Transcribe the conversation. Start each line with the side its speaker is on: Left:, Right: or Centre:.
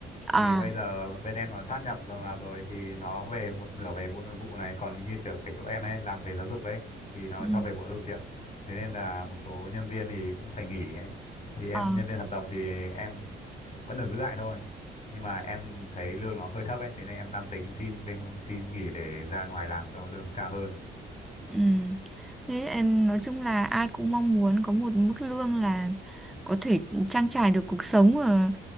Centre: À,
Left: thì bây giờ bên em nó sát nhập rồi vào rồi thì nó về một nửa về bộ nội vụ này còn như kiểu cái chỗ em ấy làm về giáo dục ấy thì nó
Centre: ừ.
Left: cho về bộ giáo dục chị ạ thế nên là một số nhân viên thì cũng phải nghỉ ấy thì em
Centre: Ờ.
Left: nhân viên hợp đồng thì em vẫn được giữ lại thôi nhưng mà em thấy lương nó hơi thấp ấy thế nên em đang tính xin bên xin nghỉ để ra ngoài làm cho lương nó cao hơn
Centre: Ừ. Thế em nói chung là ai cũng mong muốn có một mức lương là có thể trang trải được cuộc sống và